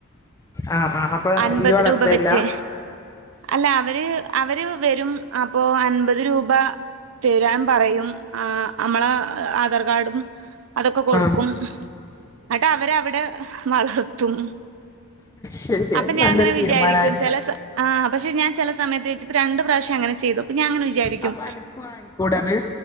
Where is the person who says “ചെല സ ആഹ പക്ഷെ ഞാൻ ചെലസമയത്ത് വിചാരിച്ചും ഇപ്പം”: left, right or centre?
Right